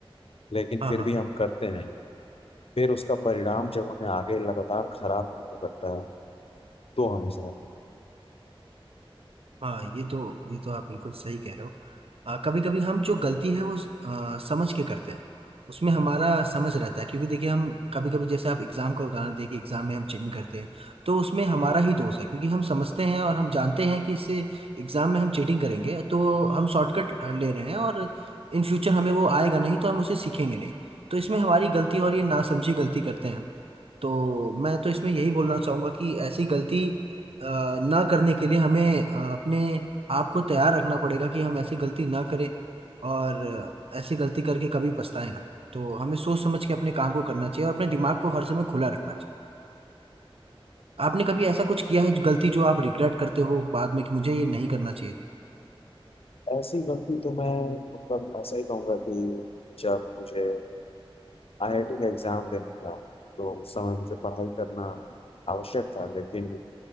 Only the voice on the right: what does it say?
हाँ
हाँ
हाँ ये तो ये तो आप बिल्कुल सही कह रहे हो कभी कभी हम जो गलती है वो आ, समझ के करते हैं उसमें हमारा समझ रहता है क्योंकि देखिए हम कभी कभी जैसे आप एग्जाम का उदाहरण देखिए एग्जाम में हम चीटिंग करते हैं तो उसमें हमारा ही दोष है क्योंकि हम समझते हैं और हम जानते हैं कि इससे एग्जाम में हम चीटिंग करेंगे तो हम शॉर्टकट ले रहे हैं और इन फ्यूचर हमें वो आएगा नहीं तो हम उसे सीखेंगे नहीं तो इसमें हमारी गलती और ये नासमझी गलती करते हैं हम। तो मैं तो इसमें यही बोलना चाहूंगा कि ऐसी गलती अ, ना करने के लिए हमें अ, अपने आप को तैयार रखना पड़ेगा कि हम ऐसी गलती ना करें और अ, ऐसी गलती करके कभी पछताए ना तो हमें सोच समझ के अपने काम को करना चाहिए और अपने दिमाग को हर समय खुला रखना चाहिए आपने कभी ऐसा कुछ किया है गलती जो आप रिग्रेट करते हो बाद में कि मुझे ये नहीं करना चाहिए